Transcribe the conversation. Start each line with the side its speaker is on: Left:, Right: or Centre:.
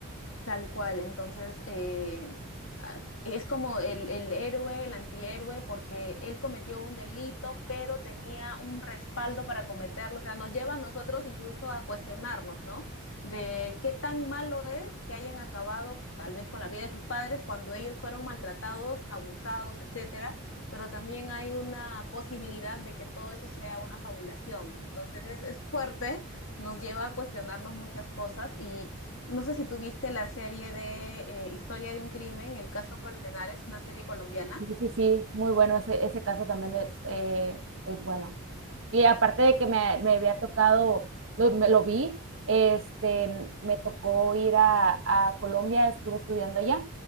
Left: Tal cual, entonces eh, ah, es como el, el héroe, el antihéroe, porque él cometió un delito, pero tenía un respaldo para cometerlo. O sea, nos lleva a nosotros incluso a cuestionarnos, ¿no? De qué tan malo es que hayan acabado tal vez con la vida de sus padres cuando ellos fueron maltratados, abusados, etcétera. Pero también hay una posibilidad de que todo eso sea una fabulación, ¿no? Entonces es, es fuerte, nos lleva a cuestionarnos muchas cosas y no sé si tuviste la serie de eh, Historia de un crimen, el caso Colmenares, una serie colombiana.
Right: Sí, sí, sí, muy bueno, ese, ese caso también es, eh, es bueno. Y aparte de que me, me había tocado, lo, me lo vi, este, me tocó ir a, a Colombia, estuve estudiando allá